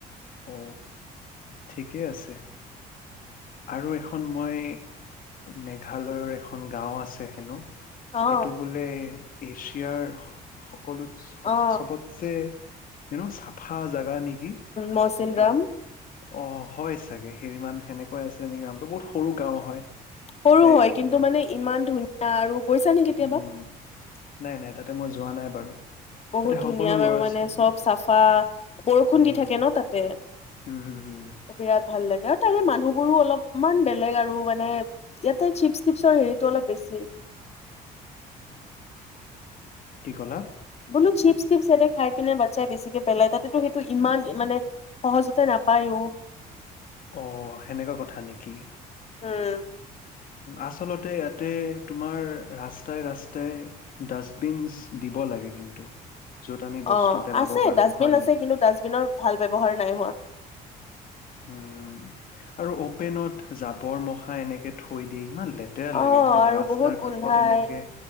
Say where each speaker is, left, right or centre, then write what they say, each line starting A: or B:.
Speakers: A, on the left (about 55°); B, on the left (about 40°).
A: অ ঠিকেই আছে আৰু এখন মই মেঘালয়ৰ এখন গাঁও আছে হেনো
B: অ
A: সেইটো বোলে এছিয়াৰ সকলোত
B: অ
A: চবতছে চাফা জাগা নেকি?
B: মৌচিন ৰাম
A: আহ, অ হয় চাগে সেই ইমান সেনেকুৱাই আছিল নেকিমান বহুত সৰু গাঁও হয়
B: সৰু
A: তাতে
B: হয় কিন্তু
A: মান
B: মানে ইমান ধুনীয়া আৰু গৈছা নে কেতিয়াবা
A: উম নাই নাই তাত তাতে মই যোৱা নাই বাৰু
B: বহুত
A: তাতে
B: ধুনীয়া
A: সকলো
B: বাৰু
A: ল'ৰা
B: মানে
A: ছোৱালী
B: চব চাফা বৰষুণ
A: উম,
B: দি থাকে ন তাতে বিৰাট
A: হুম, হুম, হুম, হুম,
B: ভাল লাগে আৰু তাৰে মানুহবোৰো অলপ ইমান বেলেগ আৰু মানে ইয়াতে চিপ ছিপৰ হেৰিটো অলপ বেছি
A: কি ক'লা
B: বোলো চিপছ চিপছ এতে খাই পিনে বাচ্ছাই বেছিকে পেলাই তাতেতো সেইটো ইমান মানে সহজতে নাপায়ো
A: অ সেনেকুৱা কথা নেকি?
B: উম
A: আচলতে ইয়াতে তোমাৰ ৰাস্তাই ৰাস্তাই দাস্ত ডাস্টবিনচ দিব লাগে কিন্তু য'ত আমি বস্তু
B: অ
A: পেলাব
B: আছে
A: পাৰো
B: ডাষ্টবিন
A: হয়
B: আছে
A: নে?
B: কিন্তু ডাষ্টবিনৰ ভাল ব্যৱহাৰ নাই হোৱা
A: উম আৰু অপেনত জাবৰ মখা এনেকৈ থৈ দিয়ে ইমান লেতেৰা লাগে
B: অ
A: হয় ন
B: আৰু
A: ৰাস্তাৰ
B: বহুত গোন্ধাই
A: কাষত এনেকে